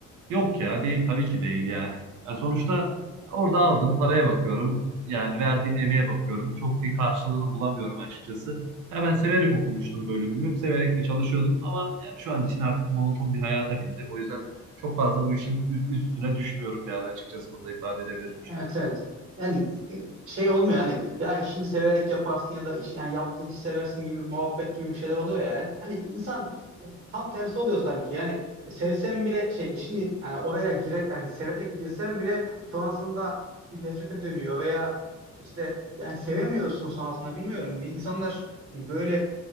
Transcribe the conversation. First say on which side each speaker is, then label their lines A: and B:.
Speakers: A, on the right; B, on the right.
A: Yok ya değil tabii ki değil yani. Yani sonuçta orada aldın paraya bakıyorum. Yani verdiğim emeğe bakıyorum. Çok bir karşılığını bulamıyorum açıkçası. Ha, ben severek okumuştum bölümümü. Severek de çalışıyordum ama yani şu an için artık monoton bir hayata bindi. O yüzden çok fazla bu işin ü- üstüne düşmüyorum yani açıkçası bunu da ifade edebilirim bu şekilde.
B: Evet evet. Yani e, şey olmuyor hani ya işini severek yaparsın ya da iş, yani yaptığın işi seversin gibi muhabbet gibi bir şeyler oluyor yani. Hani insan tam tersi oluyor sanki. Yani sevsem bile şey işini yani oraya gire yani severek girsem bile sonrasında bir nefrete dönüyor veya işte yani sevemiyorsun sonrasında bilmiyorum. Bir İnsanlar hani böyle